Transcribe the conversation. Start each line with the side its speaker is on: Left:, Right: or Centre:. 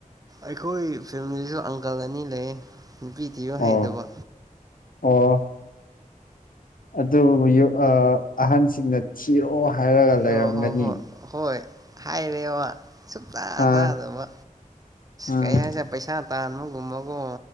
Right: ꯑꯩꯈꯣꯏ ꯐꯦꯃꯤꯂꯤꯁꯨ ꯑꯪꯀꯜ ꯑꯅꯤ ꯂꯩ ꯅꯨꯄꯤ ꯊꯤꯌꯨ
Left: ꯑꯣ
Right: ꯍꯩꯇꯕ
Left: ꯑꯣ ꯑꯗꯨꯕꯨ ꯑꯍꯟꯁꯤꯡꯅ ꯊꯤꯔꯣ ꯍꯥꯏꯔꯒ ꯂꯩꯔꯝꯒꯅꯤ
Right: ꯍꯣꯏ ꯍꯣꯏ ꯍꯣꯏ ꯍꯣꯏ ꯍꯥꯏꯔꯦꯕ ꯁꯨꯡꯇꯥꯥ
Left: ꯑꯥ
Right: ꯇꯥꯗꯕ
Left: ꯑꯥ
Right: ꯀꯩ ꯍꯥꯏꯖ‌ꯦ ꯄꯩꯁꯥ ꯇꯥꯟꯕꯒꯨꯝꯃꯒꯣ